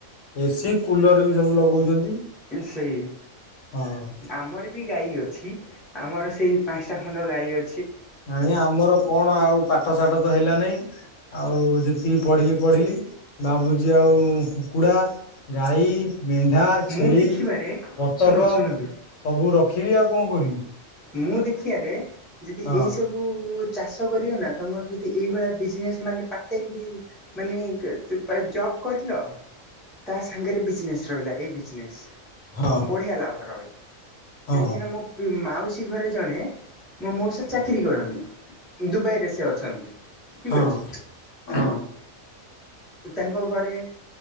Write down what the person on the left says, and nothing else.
ଏସି, କୁଲର ବି ସବୁ ଲଗଉଛନ୍ତି।
ହଁ।
ନାଇ, ଆମର କଣ ଆଉ ପାଠ ସାଠ ତ ହେଲା ନାଇଁ ଆଉ ଯେତିକି ପଢିଲି ପଢିଲି ଭାବୁଛି ଆଉ କୁକୁଡ଼ା, ଗାଈ ମେଣ୍ଢା,
ଛେଳି,
ବତକ
ସବୁ ରଖିବି ଆଉ କଣ କରିବି?
ହଁ
ହଁ
ହଁ
ହଁ
ହଁ